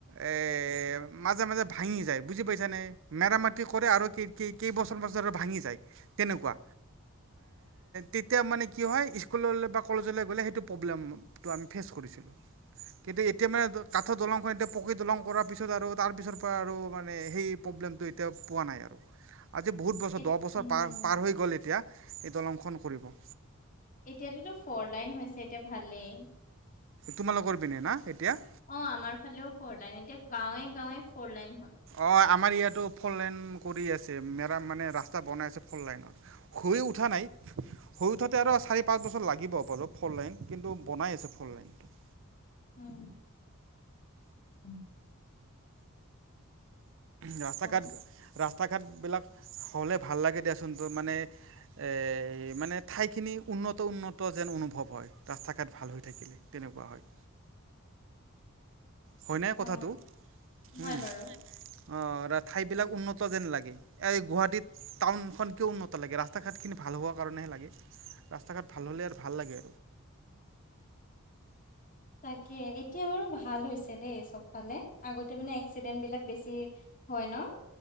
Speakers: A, on the right (about 60°); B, on the left (about 40°).
A: এই মাজে মাজে ভাঙি যায় বুজি পাইছানে। মেৰাামতি কৰে আৰু কি কি কেইবছৰ পিছত আৰু ভাঙি যাই তেনেকুৱা তেতিয়া মানে কি হয় স্কুললৈ বা কলেজলৈ গ'লে সেইটো প্ৰব্লেমটো আমি ফেচ কৰিছিলোঁ কিন্তু এতিয়া মানে কাঠৰ দলংখন এতিয়া পকি দলং কৰাৰ পিছত আৰু তাৰ পিছৰ পৰা আৰু মানে সেই প্ৰব্লেমটো এতিয়া পোৱা নাই আৰু।
B: <inaudible>
A: আজি বহুত বছৰ
B: এ
A: দহ বছৰ
B: উম
A: পাৰ পাৰ হৈ গ'ল এতিয়া এই দলংখন কৰিব।
B: এতিয়াতোটো ফৰ লাইন হৈছে এতিয়া ভালেই।
A: তোমালোকৰ পিনে না এতিয়া।
B: অ', আমাৰ ফালেও ফ'ৰ লাইন এতিয়া গাঁৱে গাঁৱে ফ'ৰ লাইন হ'ল।
A: অ', আমাৰ ইয়াতো ফৰ লাইন কৰি আছে মেৰাম মানে ৰাস্তা বনাই আছে ফৰ লাইনৰ খুই উঠা নাই। সৰু উঠওঁতে আৰু চাৰি পাঁচ বছৰ লাগিব বাৰু ফৰ লাইন কিন্তু বনাই আছে ফৰ লাইনটো।
B: উম। উম।
A: ৰাস্তা ঘাট
B: অ
A: ৰাস্তা ঘাটবিলাক হ'লে ভাল লাগে দিয়াচোন তো মানে এই মানে ঠাইখিনি উন্নত উন্নত যেন অনুভৱ হয় ৰাস্তা ঘাট ভাল হৈ থাকিলে। তেনেকুৱা হয়। হয় নাই
B: অ
A: কথাটোও
B: হয়
A: উম।
B: বাৰু
A: অ', ঠাইবিলাক উন্নত যেন লাগে এই গুৱাহাটীত টাউনখনকে উন্নত লাগে ৰাস্তা ঘাটখিনি ভাল হোৱাৰ কাৰণেহে লাগে। ৰাস্তা ঘাট ভাল হ'লে আৰু ভাল লাগে।
B: তাকে এতিয়া বাৰু ভাল হৈছে দেই চবফালে আগতে মানে এক্সিডেন্ট বিলাক বেছি হয় ন।